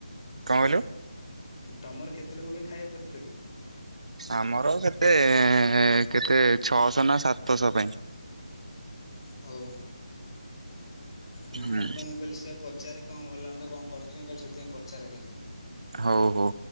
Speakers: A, on the right; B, on the left.
A: କଣ କହିଲୁ?
B: ତମର କେତେ ଲୋକ ବି ଖାଇବାକୁ କରିଥିଲ କି?
A: ଆମର କେତେ ଏ-ଏ-ଏ-ଏ କେତେ ଛଅଶହ ନା ସାତଶହ ପାଇଁ।
B: ହଉ ନା
A: ହୁଁ
B: ଆଉ କଣ କହିଲି ସେୟା ପଚାରେ କଣ ଭଲ ହୁଅନ୍ତା କଣ କରଛି ମୁଁ କହଲି ସେଥିପାଇଁ ପଚାରେ ଟିକେ।
A: ହଉ ହଉ।